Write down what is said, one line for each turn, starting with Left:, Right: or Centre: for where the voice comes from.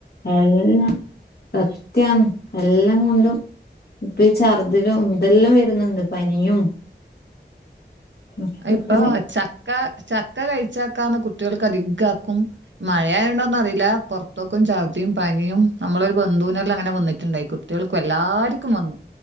Left: എല്ലാം സത്യാണ് എല്ലാം കൊണ്ടും. ഇപ്പൊ ഈ ചഛർുദലും ഇതെല്ലാം വരുന്നുണ്ട് പനിയും. മൊത്തത്തില്
Right: ഇപ്പൊ ചക്ക ചക്ക കഴി. ച്ചാക്കാവുന്ന കുട്ടികൾക്ക് അധകാക്കും മഴയായുണ്ടോന്നറിയില്ല പുറത്തോക്കും ചർദ്ദിയും പനിയും. നമ്മളൊരു ബന്ധുവിനോരിൽ അങ്ങനെ വന്നിട്ടുണ്ടായി കുട്ടികൾക്ക എല്ലാർക്കും വന്നു.